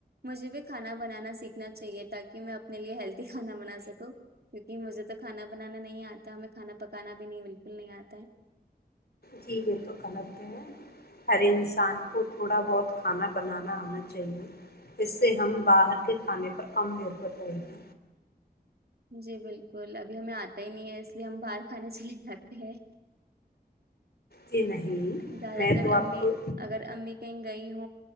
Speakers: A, on the right; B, on the left.
A: مجھے بھی کھانا بنانا سیکھنا چاہیے تاکہ میں اپنے لیے ہیلدی کھانا بنا سکوں کیوںکہ مجھے تو کھانا بنانا نہیں آتا ہمیں کھانا پکانا بھی نہیں بالکل نہیں آتا ہے
B: جی یہ تو غلط ہے ہر انسان کو تھوڑا بہت کھانا بنانا آنا چاہیے اس سے ہم باہر کے کھانے پر کم نربھر رہیں گے
A: جی بالکل ابھی ہمیں آتا ہی نہیں ہے اس لیے ہم باہر کھانے چلے جاتے ہیں
B: جی نہیں
A: زیادہ
B: میں
A: تر
B: تو آپ
A: امی
B: کو
A: اگر امی کہیں گے گئی ہ